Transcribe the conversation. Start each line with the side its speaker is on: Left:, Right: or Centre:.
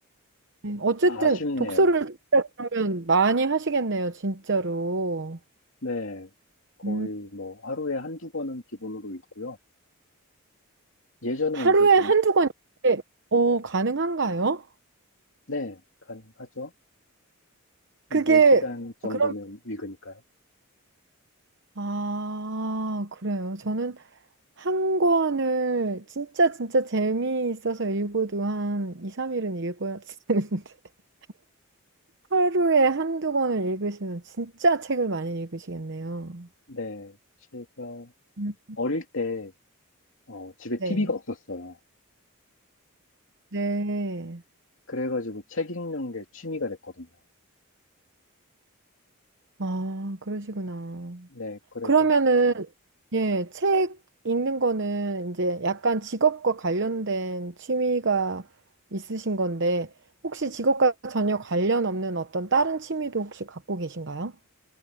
Right: 네, 어쨌든
Left: 아쉽네요.
Right: 독서를 진짜 그러면 많이 하시겠네요, 진짜로.
Left: 네. 거의
Right: 음,
Left: 뭐 하루에 한두 번은 기본으로 읽고요. 예전에
Right: 하루에
Left: 이제 좀,
Right: 한두 권 이게 어, 가능한가요?
Left: 네, 가능하죠. 4시간
Right: 그게
Left: 정도면
Right: 어, 그럼
Left: 읽으니까요.
Right: 아, 그래요. 저는 한 권을 진짜 진짜 재미있어서 읽어도 한 2, 3일은 읽어야 되는데 <laughs> 하루에 한두 권을 읽으시면 진짜 책을 많이 읽으시겠네요.
Left: 네. 제가
Right: 음.
Left: 어릴 때 어, 집에
Right: 네.
Left: TV가 없었어요.
Right: 네.
Left: 그래가지고 책 읽는 게 취미가 됐거든요.
Right: 아, 그러시구나.
Left: 네, 그래서,
Right: 그러면은, 예, 책 읽는 거는 이제 약간 직업과 관련된 취미가 있으신 건데, 혹시 직업과 전혀 관련 없는 어떤 다른 취미도 혹시 갖고 계신가요?